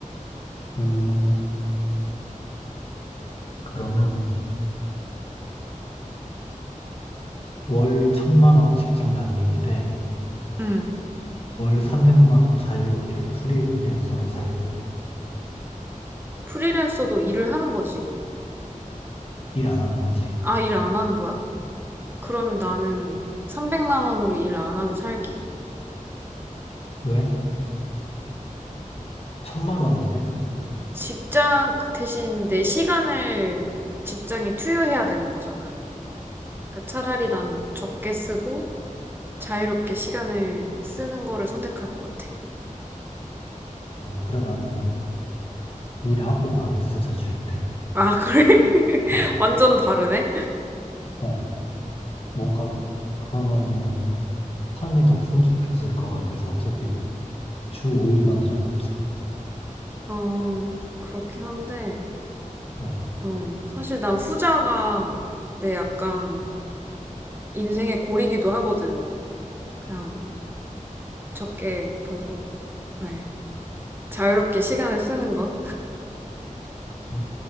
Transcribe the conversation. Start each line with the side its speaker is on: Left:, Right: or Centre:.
Left: 음, 그러면 월 천만 원 직장 다니기 대 월
Right: 음,
Left: 삼백만원 자유롭게 프리랜서로 살기.
Right: 프리랜서도 일을 하는 거지.
Left: 일 안 하는 거지.
Right: 아, 일 안 하는 거야? 그러면 나는 300만 원으로 일 안 하고 살기.
Left: 왜? 천만
Right: 그
Left: 원인데?
Right: 직장 그 대신 내 시간을 직장에 투여해야 되는 거잖아. 그러니까 차라리 난 적게 쓰고 자유롭게 시간을 쓰는 거를 선택할 것 같아.
Left: 어, 그래 나는 일하고 많이 쓰자 주인데.
Right: 아, 그래? <laughs>
Left: 아,
Right: 완전 다르네?
Left: 어, 뭔가 그러면은 삶이 더 풍족해질 것 같아서 어차피 주 5일만 일하면 되잖아.
Right: 어, 그렇긴 한데,
Left: 어.
Right: 어, 사실 난 후자가 내 약간 인생의 고리기도 하거든. 그냥 적게 벌고, 네. 자유롭게 시간을 쓰는 거.
Left: 그래?